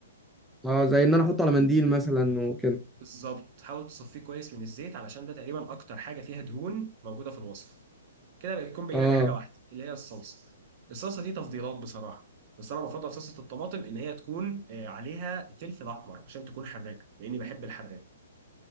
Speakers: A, in the centre; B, on the right.
A: اه زي ان انا احطه على منديل مثلا وكده
B: بالظبط حاول تصفيه كويس من الزيت علشان ده تقريبا اكتر حاجه فيها دهون موجوده في الوصفه كده بقى بيكون باقي
A: اه
B: لك حاجه واحده اللي هي الصلصه الصلصه دي تفضيلات بصراحه بس انا بفضل صلصه الطماطم ان هي تكون آه، عليها فلفل احمر عشان تكون حراقه لاني بحب الحراق